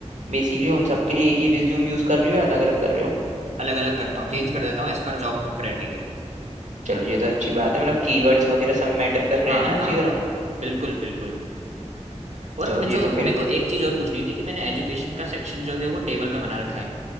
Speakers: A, on the right (about 80°); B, on the right (about 65°).
A: बेसिकली उन सब के लिए एक ही रिज्यूम यूज कर रहे हो या अलग अलग कर रहे हो
B: अलग अलग करता हूँ चेंज कर देता हूँ एज पर जॉब क्राइटेरिया
A: चलो ये तो अच्छी बात है मतलब कीवर्ड्स वगैरह सब मैटर कर रहे
B: हाँ
A: हैं ना अच्छी
B: हाँ
A: तरह
B: हाँ बिल्कुल बिल्कुल और
A: चलो
B: मैं
A: ये
B: जो
A: तो फिर
B: मेरे को एक चीज और पूछनी थी कि मैंने एजुकेशन का सेक्शन जो है वो टेबल में बना रखा है